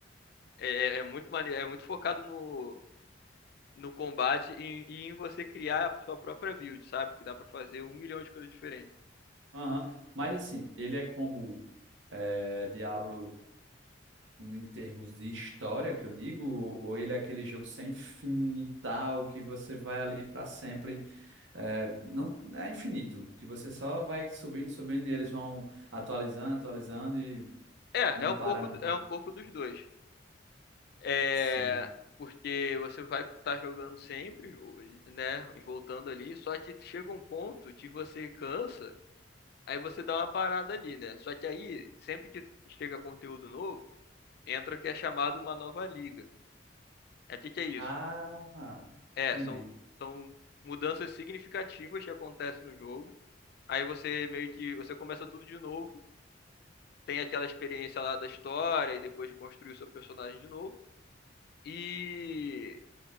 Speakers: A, on the left; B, on the right.
A: É, é é muito maneiro, é muito focado no, no combate e, e em você criar a sua própria build, sabe? Porque dá pra fazer um milhão de coisas diferentes.
B: Aham. Mas assim, ele é como é, Diablo em termos de história, que eu digo, ou, ou ele é aquele jogo sem fim e tal, que você vai ali para sempre, é, não é infinito, que você só vai subindo, subindo, e eles vão atualizando, atualizando e,
A: É,
B: e não
A: é um
B: para
A: pouco,
B: nunca.
A: é um pouco dos dois. É,
B: Sim.
A: porque você vai estar jogando sempre, né? E voltando ali, só que chega um ponto que você cansa, aí você dá uma parada ali, né? Só que aí, sempre que chega conteúdo novo, entra o que é chamado uma nova liga. É, O que que é isso?
B: Ah,
A: É,
B: entendi.
A: são, são mudanças significativas que acontecem no jogo. Aí você meio que você começa tudo de novo, tem aquela experiência lá da história e depois de construir o seu personagem de novo. E